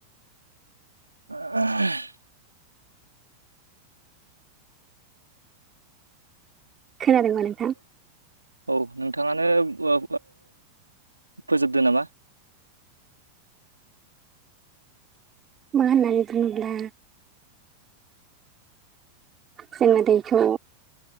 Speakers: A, on the right; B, on the right.
A: <inaudible>
B: खोनादोंबा नोंथां?
A: औ नोंथाङानो ओ फोजोबदो नामा?
B: <inaudible> मा होननानै बुङोब्ला जोंना दैखौ